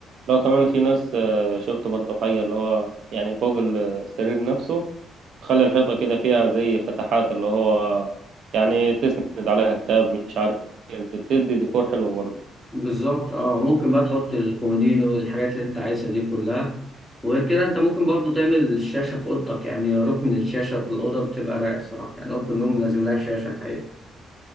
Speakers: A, on the right; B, in the centre.
A: لو كمان في ناس آه، شفت برضو حاجه اللي هو يعني فوق السرير نفسه تخلي الحيطه كده فيها زي فتحات اللي هو يعني تسند عليها كتاب مش عارف إيه، بتدي ديكور حلو برضو
B: بالظبط اه ممكن بقى تحط الكومودينو والحاجات اللي انت عايزها دي كلها وغير كده انت ممكن برضو تعمل الشاشة في اوضتك يعني ركن الشاشة في الأوضة بتبقى رايق الصراحة يعني أوضة النوم لازم لها شاشة الحقيقة